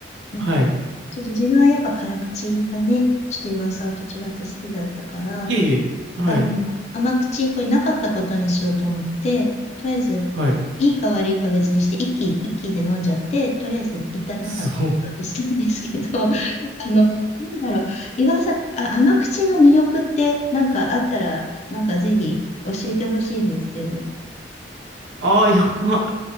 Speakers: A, on the left (about 40°); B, on the right (about 80°).
A: なんか、
B: はい。
A: ちょっと自分はやっぱ辛口がね、ちょっと岩尾さんと違って好きだったから、
B: いえいえ。はい。
A: あの、甘口、これなかったことにしようと思って、とりあえず、
B: はい。
A: いいか悪いか別にして、一気、一気で飲んじゃって、とりあえず、一旦なかったことにしたんですけど、
B: すごい。<laughs>
A: <laughs> あの、なんだろう、岩尾さん、あ、甘口の魅力って、なんかあったら、なんかぜひ教えてほしいんですけど。
B: ああ、やば。